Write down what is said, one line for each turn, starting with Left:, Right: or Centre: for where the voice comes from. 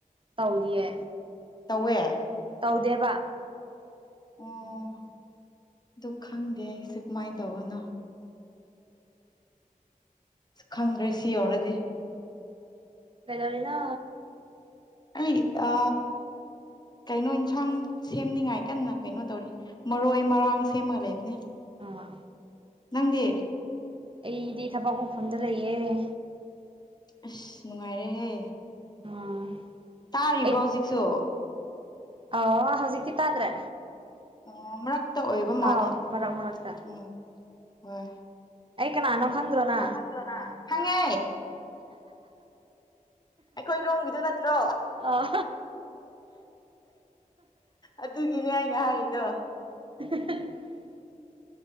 Right: ꯇꯧꯔꯤꯌꯦ
Left: ꯇꯧꯋꯦ
Right: ꯇꯧꯗꯦꯕ
Left: ꯑꯣ ꯑꯗꯨ ꯈꯪꯗꯦ ꯑꯩꯁꯦ ꯀꯃꯥꯏꯅ ꯇꯧꯕꯅꯣ ꯈꯪꯗ꯭ꯔꯦ ꯁꯤ ꯌꯧꯔꯗꯤ
Right: ꯃꯦꯒꯔꯤꯅ
Left: ꯑ ꯑ ꯀꯩꯅꯣ ꯏꯟꯁꯥꯡ ꯁꯦꯝꯅꯤꯉꯥꯏ ꯀꯟꯅ ꯀꯩꯅꯣ ꯇꯧꯔꯤ ꯃꯔꯣꯏ ꯃꯔꯥꯡ ꯁꯦꯝꯃ ꯂꯩꯕꯅꯦ
Right: ꯑꯥ
Left: ꯅꯪꯗꯤ
Right: ꯑꯩꯗꯤ ꯊꯕꯛ ꯃꯐꯝꯗ ꯂꯩꯌꯦꯦ
Left: ꯑꯁ ꯅꯨꯡꯉꯥꯏꯔꯦꯍꯦ
Right: ꯎꯝ
Left: ꯇꯥꯔꯤꯕ꯭ꯔꯣ
Right: ꯑꯩ
Left: ꯍꯧꯖꯤꯛꯁꯨ
Right: ꯑ ꯍꯧꯖꯤꯛꯛꯇꯤ ꯇꯥꯗ꯭ꯔꯦ
Left: ꯎ ꯃꯔꯛꯇ ꯑꯣꯏꯕ ꯃꯥꯜꯂꯦ
Right: ꯑꯥꯎ ꯃꯔꯛ ꯃꯔꯛꯇ
Left: ꯎꯝ ꯍꯣꯏ
Right: ꯑꯩ ꯀꯅꯥꯅꯣ ꯈꯪꯗ꯭ꯔꯣꯅ
Left: ꯈꯪꯗ꯭ꯔꯣ ꯅꯪ ꯈꯪꯉꯦ ꯑꯩꯈꯣꯏ ꯔꯣꯝꯒꯤꯗꯣ ꯅꯠꯇ꯭ꯔꯣ
Right: ꯑꯣ
Left: ꯑꯗꯨꯒꯤꯅꯦ ꯑꯩꯅ ꯍꯥꯏꯔꯤꯗꯣ
Right: <inaudible>